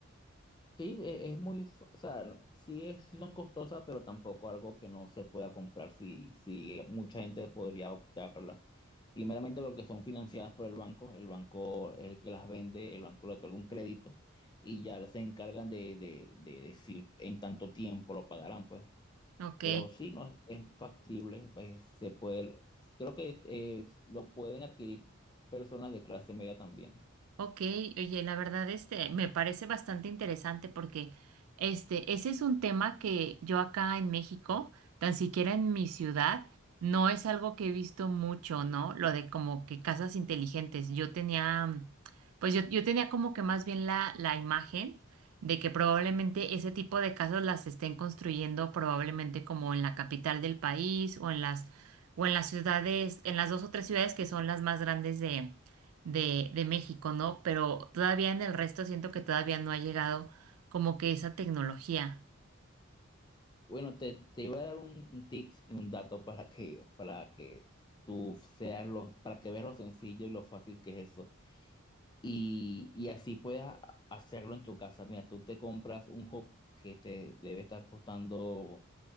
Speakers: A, on the left (about 20°); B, on the right (about 85°).
A: Sí, e- es muy, f- o sea, sí, es, sí son costosas, pero tampoco algo que no se pueda comprar, si si mucha gente podría optarla. Primeramente porque son financiadas por el banco, el banco es el que las vende, el banco le otorga un crédito y ya se encargan de, de, de decir en tanto tiempo lo pagarán, pues.
B: Ok,
A: Pero sí, no es factible, pues, se puede, creo que eh, lo pueden adquirir personas de clase media también.
B: ok, oye, la verdad este me parece bastante interesante porque este ese es un tema que yo acá en México, tan siquiera en mi ciudad, no es algo que he visto mucho, ¿no? Lo de como que casas inteligentes. Yo tenía, mm, pues yo, yo tenía como que más bien la, la imagen de que probablemente ese tipo de casas las estén construyendo probablemente como en la capital del país o en las o en las ciudades, en las dos o tres ciudades que son las más grandes de, de México, ¿no? Pero todavía en el resto siento que todavía no ha llegado como que esa tecnología.
A: Bueno, te, te iba a dar un, un tip y un dato para que, para que tú seas lo, para que veas lo sencillo y lo fácil que es eso. Y, y así puedas hacerlo en tu casa. Mira, tú te compras un hub que te debe estar costando